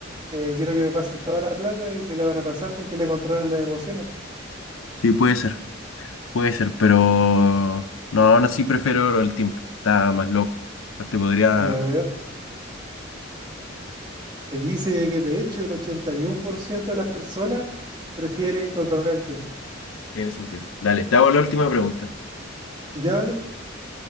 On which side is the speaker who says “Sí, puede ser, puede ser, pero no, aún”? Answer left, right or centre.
Left